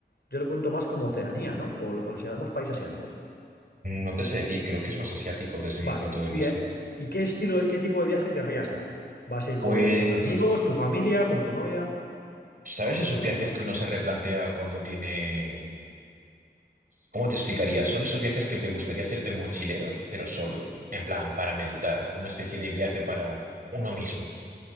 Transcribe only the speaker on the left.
yo lo cuento más como Oceanía, ¿no? O lo consideramos país asiático.
Vale,
¿y,
eh, ¿y qué estilo, de- qué tipo de viaje querrías hacer? ¿Vas a ir
con amigos, tu familia, con tu novia,
o sea,
tu pareja?